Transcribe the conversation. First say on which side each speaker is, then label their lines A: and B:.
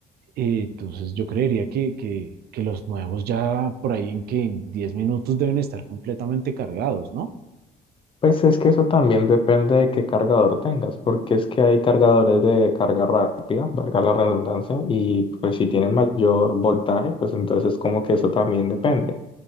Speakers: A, on the right (about 65°); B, on the left (about 30°).
A: Eh, entonces, yo creería que, que, que los nuevos ya por ahí en que en 10 minutos deben estar completamente cargados, ¿no?
B: Pues es que eso también depende de qué cargador tengas, porque es que hay cargadores de carga rápida, valga la redundancia, y pues si tienen mayor voltaje, pues entonces como que eso también depende.